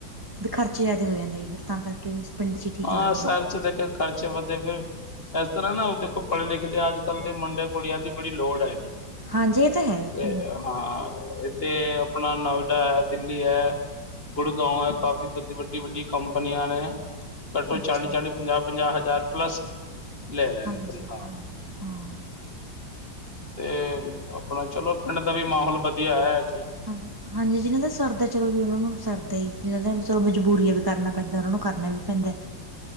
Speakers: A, on the right (about 15°); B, on the left (about 30°).
A: ਵੀ ਖਰਚੇ ਜਾਦੇ ਹੋ ਜਾਂਦੇ ਫਿਰ ਤਾ ਕਰਕੇ ਵੀ। ਪਿੰਡ 'ਚ ਹੀ ਠੀਕ
B: ਹਾਂ
A: ਲੱਗਦਾ
B: ਸਰਚ ਤੇ ਤੇ ਖਰਚੇ ਵਦੇ ਪਏ। ਐਸਰਾ ਨਾ ਦੇਖੋ ਪੜੇ ਲਿਖੇ ਦੇ ਅੱਜ ਕੱਲ ਦੇ ਮੁੰਡੇ ਕੁੜੀਆ ਦੀ ਬੜੀ ਲੋੜ ਹੈਗੀ।
A: ਹਾਂਜੀ ਏ ਤਾ ਹੈ
B: ਤੇ
A: ਪ੍ਰੀਮ
B: ਹਾਂ ਐਥੇ ਅਪਣਾ ਨੋਇਡਾ ਐ ਦਿੱਲੀ ਐ। ਗੁੜਗਾਓ ਐ ਕਾਫੀ ਵੱਦੀ ਵੱਡੀ ਵੱਡੀ ਕੰਪਨੀਆ ਨੇ। ਘੱਟੋ ਚਾਲੀ-ਚਾਲੀ
A: ਅੱਛਾ
B: ਪੰਜਾ-ਪੰਜਾ ਹਜਾਰ ਪਲੱਸ ਲੈ ਰਹੇ
A: ਹਾਂਜੀ
B: ਨੇ ਤਨਖਾ।
A: ਹਾਂ ਹਾਂ
B: ਤੇ ਅਪਣਾ ਚਲੋ ਪਿੰਡ ਦਾ ਵੀ ਮਹੌਲ ਵਧੀਆ ਐ।
A: ਹਾਂ ਹਾਂਜੀ ਜਿਨਾ ਦਾ ਸਰਦਾ ਚੱਲ ਵੀ ਓਨਾਂ ਨੂੰ ਸਰਦਾ ਈ। ਜਿਨਾ ਦੇ ਚਲੋ ਮਜਬੂਰੀ ਐ ਵੀ ਕਰਨਾ ਪੈਂਦਾ ਓਨਾ ਨੂੰ ਕਰਨਾ ਵੀ ਪੈਂਦਾ।